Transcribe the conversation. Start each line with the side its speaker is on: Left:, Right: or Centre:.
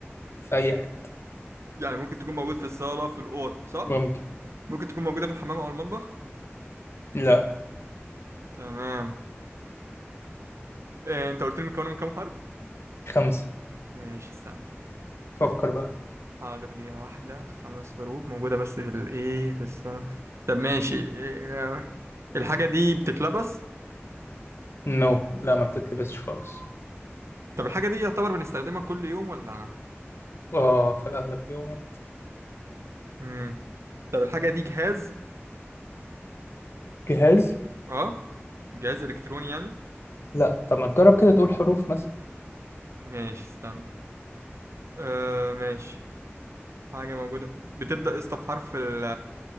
Left: في أي حتة
Right: يعني ممكن تكون موجودة في الصالة في الأوض صح؟
Left: ممكن
Right: ممكن تكون موجودة في الحمام أو المطبخ
Left: لا
Right: تمام إيه أنت قلت لي مكونة من كام حرف؟
Left: خمسة
Right: ماشي استنى <laughs>
Left: فكر
Right: خم-
Left: بقى
Right: حاضر دقيقة واحدة خمس حروف موجودة بس في الإيه في الصالة طب ماشي إيه الحاجة دي بتتلبس؟
Left: نو لا ما بتتلبسش خالص
Right: طب الحاجة دي يعتبر بنستخدمها كل يوم ولا؟
Left: اه في الأغلب يوم
Right: مم. طب الحاجة دي جهاز
Left: جهاز
Right: اه جهاز إلكتروني يعني
Left: لا طب ما تجرب كده تقول حروف مثلا
Right: ماشي استنى آه ماشي حاجة موجودة بتبدأ اسطى بحرف ال